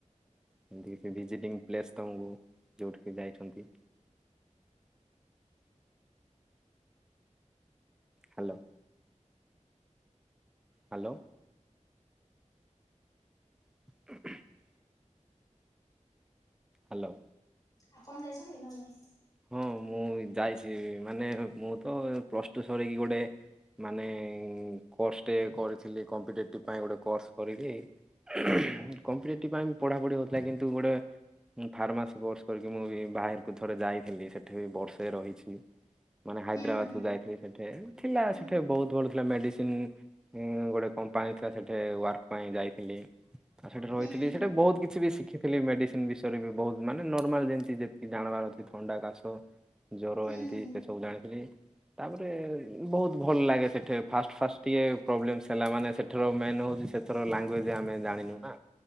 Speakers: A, in the centre; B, on the left.
A: ଏମିତି କିଛି ଭିଜିଟିଙ୍ଗ ପ୍ଲେସ ତମକୁ ଯେଉଁଠିକି ଯାଇଛନ୍ତି। ହାଲୋ। ହାଲୋ। <unintelligible> ହାଲୋ।
B: ଆପଣ ଯାଇଛନ୍ତି ନାଁ ନାହିଁ?
A: ହଁ ମୁଁ ଯାଇଛି ମାନେ ମୁଁତ ପ୍ଲସ ଟୁ ସରିକି ଗୋଟେ। ମାନେ କୋର୍ସଟେ କରିଥିଲି କମ୍ପିଟେଟିଭ ପାଇଁ ଗୋଟେ କୋର୍ସ କରିକି <unintelligible> କମ୍ପିଟେଟିଭ ପାଇଁବି ପଢାପଢି ହଉଥିଲା କିନ୍ତୁ ଗୋଟେ। ମୁଁ ଫାର୍ମାସି କୋର୍ସ କରିକି ମୁଁବି ବାହାରକୁ ଥରେ ଯାଇଥିଲି ସେଠିବି ବର୍ଷେ ରହିଛି। ମାନେ ହାଇଦ୍ରାବାଦକୁ
B: ହୁଁ ହୁଁ
A: ଯାଇଥିଲି ସେଠି ଥିଲା
B: ହୁଁ
A: ସେଠି ବହୁତ ଭଡ ଥିଲା ମେଡ଼ିସିନ ଗୋଟେ କମ୍ପାନୀଥିଲା ସେଠି ୱାର୍କପାଇଁ ଯାଇଥିଲି। ଆଉ ସେଠ ରହିଥିଲି
B: ହୁଁ ହୁଁ
A: ସେଠି ବହୁତ କିଛିବି ଶିଖି ଶିଖିଥିଲି ମେଡିସିନ ବିଷୟରେବି ବହୁତ ମାନେ ନର୍ମାଲ ଯେମିତି ଯେତିକି ଜାଣିବାର ଅଛି ଥଣ୍ଡା କାଶ। ଜ୍ଵର
B: ହୁଁ
A: ଏମିତି
B: ହୁଁ ହୁଁ ହୁଁ।
A: ସେସବୁ ଜାଣିଥିଲି ତାପରେ ବହୁତ ଭଲଲାଗେ ସେଠି ଫାଷ୍ଟ ଫାଷ୍ଟ ଟିକିଏ ପ୍ରୋବ୍ଲେମ୍ସ୍ ହେଲା ମାନେ ସେଠାର ମେନ ହେଉଛି ସେ ତର ଲାଙ୍ଗୁଏଜ ଆମେ ଜାଣିନୁ ନା।